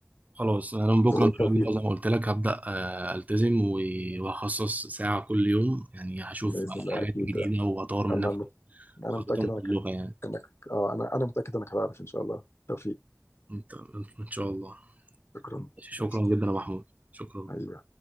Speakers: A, on the right; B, on the left.
A: خلاص انا من بكره
B: والتوفيق
A: ان شاء الله زي ما قلت لك هبدا آه، التزم و- وهخصص ساعه كل يوم يعني هشوف
B: باذن الله
A: الحاجات
B: اكيد
A: الجديده واطور من
B: انا
A: نفسي
B: انا
A: خطتهم
B: متاكد
A: في
B: انك
A: اللغة
B: هك-
A: يعني
B: انك اه انا انا متاكد انك هتعرف ان شاء الله توفيق
A: انت انت ان شاء الله
B: شكرا
A: شكرا
B: ماشي
A: جدا يا محمود شكرا
B: حبيبي